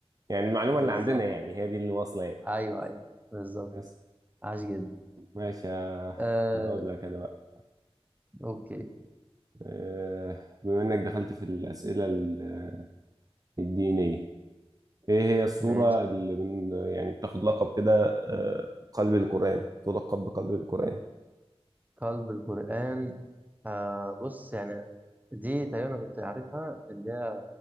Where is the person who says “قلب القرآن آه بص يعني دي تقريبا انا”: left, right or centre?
Right